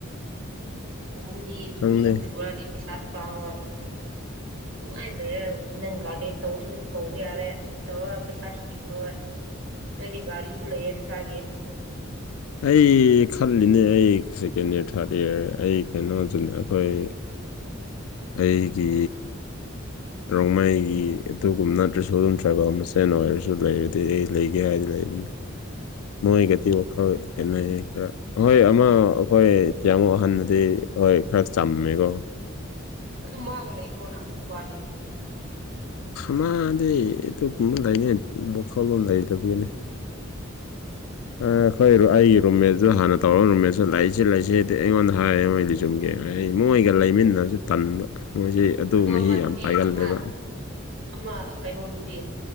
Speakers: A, on the right; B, on the left.
A: ꯑꯍꯨꯝꯗꯤ
B: ꯈꯪꯗꯦ
A: ꯑꯍꯨꯝ ꯁꯨꯔꯗꯤ ꯄꯩꯁꯥꯁꯨ ꯄꯥꯡꯉꯣꯏ ꯎ ꯑꯩ ꯂꯩꯌꯦ ꯅꯪ ꯒꯥꯔꯗꯦꯟ ꯇꯧꯅꯤꯡꯕꯁꯨ ꯇꯧꯕ ꯌꯥꯔꯦ ꯇꯧꯔꯣ ꯄꯩꯁꯥꯁꯨ ꯇꯤꯡꯉꯣꯏ ꯅꯣꯏꯗꯤ ꯒꯥꯔꯤꯁꯨ ꯂꯩꯌꯦ ꯅꯁꯥꯒꯤ
B: ꯑꯩ ꯈꯜꯂꯤꯅꯦ ꯑꯩ ꯁꯦꯀꯦꯟ ꯏꯌꯥꯔ ꯊꯥꯔꯠ ꯏꯌꯥꯔ ꯑꯩ ꯀꯩꯅꯣꯗꯨ ꯑꯩꯈꯣꯏ
A: <unintelligible>
B: ꯑꯩꯒꯤ ꯔꯣꯡꯃꯩꯒꯤ ꯑꯗꯨꯒꯨꯝꯅ ꯇ꯭ꯔꯤꯁꯣꯂꯨꯝꯊ꯭ꯔꯕ ꯃꯆꯦꯟ ꯑꯣꯏꯔꯁꯨ ꯂꯩꯔꯤ ꯑꯦ ꯑꯩ ꯂꯩꯒꯦ ꯍꯥꯏꯗꯤ ꯂꯩꯕꯅꯤ ꯃꯣꯏꯒꯗꯨ ꯋꯥꯈꯜ ꯈꯦꯠꯅꯩꯌꯦ ꯈꯔ ꯑꯣꯏ ꯑꯃ ꯑꯩꯈꯣꯏ ꯀꯌꯥꯃꯨꯣꯛ ꯑꯍꯟꯅꯗꯗꯤ ꯍꯣꯏ ꯈꯔ ꯆꯝꯃꯦꯀꯣ
A: ꯑꯗꯨꯝ ꯃꯥꯒ ꯂꯩꯈꯣꯅ ꯅꯕꯥꯅꯤ
B: ꯃꯗꯤ ꯑꯗꯨꯒꯨꯝꯕꯥ <unintelligible> ꯋꯥꯈꯜꯂꯣꯟ ꯂꯩꯇꯕꯅꯤꯗ ꯑꯩꯈꯣꯏ ꯑꯩꯒꯤ ꯔꯨꯝꯃꯦꯠꯁꯨ ꯍꯥꯟꯅ ꯇꯧꯔꯒ ꯔꯨꯝꯃꯦꯠꯁꯨ ꯂꯩꯁꯤ ꯂꯩꯁꯤꯗꯤ ꯑꯩꯉꯣꯟꯗ ꯍꯥꯏꯔꯦ ꯃꯣꯏꯗꯤ ꯆꯨꯝꯒꯦ ꯑꯩ ꯃꯣꯏꯒ ꯂꯩꯃꯤꯟꯅꯕꯁꯨ ꯇꯟꯕ ꯃꯣꯏꯁꯤ ꯑꯗꯨꯒꯨꯝꯕ
A: ꯑꯗꯨ
B: ꯃꯤꯒ
A: ꯑꯃꯗꯨꯗꯤ
B: ꯌꯥꯝ ꯄꯥꯏꯒꯜꯂꯦꯕ
A: ꯑꯃ ꯑꯃ ꯀꯩꯅꯣꯗꯨꯗꯤ